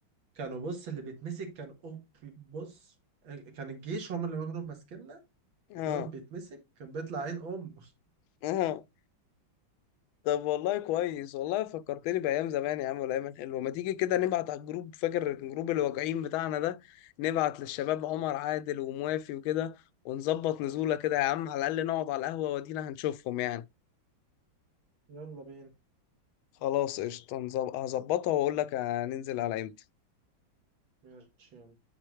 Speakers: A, on the right; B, on the left.
A: كانوا بص اللي بيتمسك كان اوب بص كان الجيش هم اللي كانوا ماسكيننا
B: اه
A: اللي كانوا بيتمسك كان بيطلع عين امه
B: اه طب والله كويس والله فكرتني بايام زمان يا عم والايام الحلوه ما تيجي كده نبعت على الجروب فاكر الجروب الواجعين بتاعنا ده نبعت للشباب
A: آه.
B: عمر عادل وموافي وكده ونظبط نزوله كده يا عم على الاقل نقعد على القهوه ودينا هنشوفهم يعني
A: يلا بينا
B: خلاص قشطه نظب- هظبطها واقول لك هننزل على امتى
A: ماشي يلا